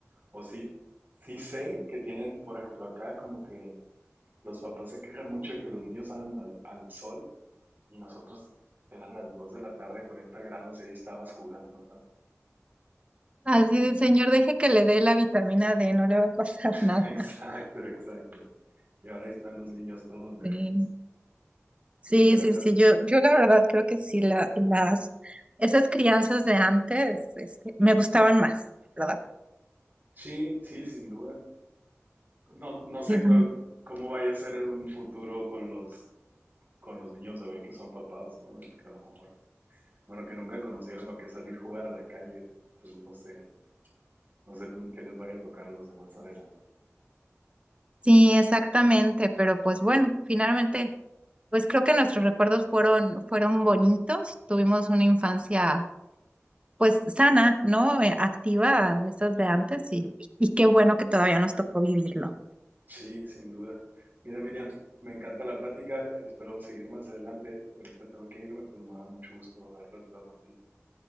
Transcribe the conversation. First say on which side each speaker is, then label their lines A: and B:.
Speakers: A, on the right; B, on the right.
A: O sí, sí sé que tienen, por ejemplo, acá como que los papás se quejan mucho de que los niños salen al, al sol y nosotros eran las 2 de la tarde, 40 grados, y ahí estabas jugando, ¿sabes?
B: Así de, señor, deje que le dé la vitamina D, no le va a pasar
A: <laughs>
B: <laughs> nada.
A: Exacto, exacto. Y ahora ahí están los niños todos débiles.
B: Sí. Sí,
A: Qué interesante.
B: sí, sí, yo, yo la verdad creo que sí, la, las, esas crianzas de antes, este, me gustaban más, ¿verdad?
A: Sí, sí, sin duda. No, no sé
B: Pero,
A: co- cómo vaya a ser en un futuro con los, con los niños de hoy que son papás, ¿no? Que a lo mejor, bueno, que nunca conocieron lo que es salir a jugar a la calle, pues no sé, no sé cómo que les vaya a tocar a los demás adelante.
B: Sí, exactamente, pero pues bueno, finalmente, pues creo que nuestros recuerdos fueron, fueron bonitos, tuvimos una infancia pues sana, ¿no? Eh, activa, de esas de antes, y, y qué bueno que todavía nos tocó vivirlo.
A: Sí, sin duda. Mira, Miriam, me encanta la plática, espero seguir más adelante. Ahorita tengo que irme, pero me da mucho gusto haber platicado contigo.